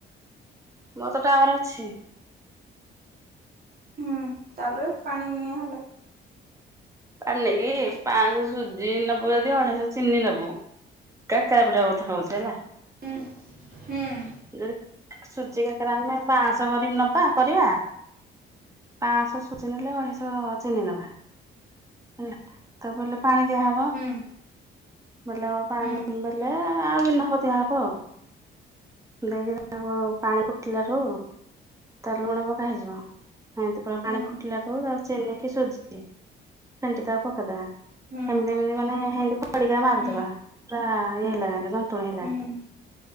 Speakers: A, on the right; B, on the right.
A: ମୋର ତ ଟାୱାର୍ ଅଛି।
B: ହୁଁ ତାପରେ ପାଣି ହେଲା।
A: ପନ କି ପାଞ୍ଚଶହ ସୁଜି ନବୁ ଯଦି ଅଢେଇଶହ ଚିନି ନବୁ। କା, କା- ପିଡା ବଥା ହଉଛି ହେଲା।
B: ହଁ ହଁ।
A: ଯଦି ସୁଜି କାକରା ଆମେ ପାଂଶ ଭରି ନବା କରିବା। ପାଞ୍ଚଶହ ସୁଜି ନେଲେ, ଅଢ଼େଇଶହ ଚିନି ନେବା! ହେଲା ତାପଲେ ପାଣି ଦିଆହବ।
B: ହୁଁ
A: ବେଲେ ପାଣି
B: ହୁଁ
A: ବେଲେ ଆଉ ଗିନା ହବ ଦିଆ ହବ ଆଉ! ଦେଇକି ତାକୁ ପାଣି କୁଟିଲାରୁ ତାର ଲୁଣ ପକା ହେଇଯିବ। ହଁ ତ ପୁରା
B: ହୁଁ
A: ପାଣି ଫୁଟିଲା ଠୁ ତାପରେ ଚେନେ କି ସଜି ଫେଣ୍ଟି ତ ପକେଇଦ
B: ହୁଁ
A: ସେମତି ଏମତି ମାନେ ସେମିତି ଖଡିକା ମାରୁଦବା।
B: ହୁଁ ହୁଁ
A: ପୁରା ଇଏ ହେଲା ଯାଙ୍କେ ଯନ୍ତୁଣୀ ହେଲା
B: ହୁଁ
A: ଯାଙ୍କେ।